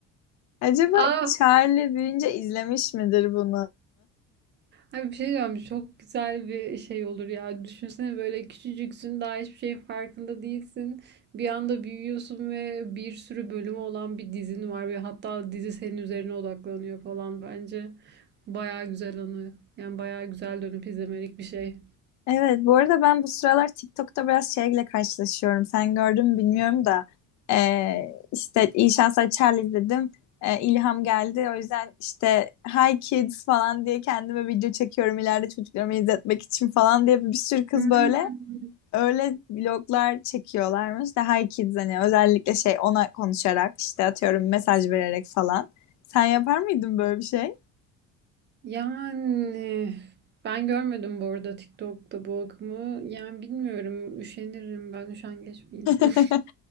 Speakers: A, on the left; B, on the right.
A: acaba
B: Aa
A: Charlie büyüyünce izlemiş midir bunu
B: Abi bir şey diyeceğim çok güzel bir şey olur ya. Düşünsene böyle küçücüksün daha hiçbir şeyin farkında değilsin. Bir anda büyüyorsun ve bir sürü bölümü olan bir dizin var ve hatta dizi senin üzerine odaklanıyor falan bence. Baya güzel anı. Yani baya güzel dönüp izlemelik bir şey.
A: Evet, bu arada ben bu sıralar TikTok'ta biraz şeyle karşılaşıyorum. Sen gördün mü bilmiyorum da eee, işte İyi Şanslar Charlie dedim. Eee, ilham geldi. O yüzden işte Hi Kids falan diye kendime video çekiyorum ileride çocuklarıma izletmek için falan diye bir sürü kız
B: Hmm.
A: böyle öyle vloglar çekiyorlarmış da Hi Kids hani özellikle şey ona konuşarak işte atıyorum mesaj vererek falan. Sen yapar mıydın böyle bir şey?
B: Yani ben görmedim bu arada TikTok'ta bu akımı. Yani bilmiyorum üşenirim ben üşengeç bir insanım.
A: <laughs>